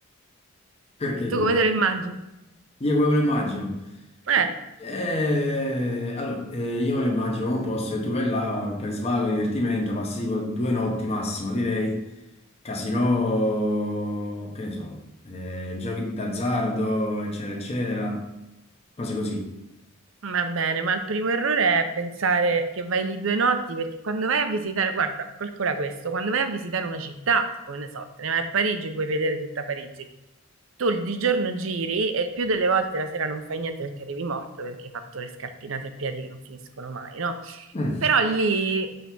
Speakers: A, on the left; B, on the right.
A: perché
B: Tu
A: ti
B: come
A: fa?
B: te lo immagini?
A: Io come me lo immagino.
B: Eh,
A: Eh, allora, eh, io me lo immagino come un posto e tu vai là per svago, divertimento, passi tipo due notti massimo, direi. Casino, che ne so, eh, giochi d'azzardo, eccetera, eccetera. Cose così.
B: va bene, ma il primo errore è pensare che vai lì due notti, perché quando vai a visitare, guarda, calcola questo, quando vai a visitare una città, tipo, ne so, te ne vai a Parigi e vuoi vedere tutta Parigi, tu di giorno giri e il più delle volte la sera non fai niente perché arrivi morto, perché hai fatto le scarpinate a piedi che non finiscono mai, no?
A: Mm,
B: Però lì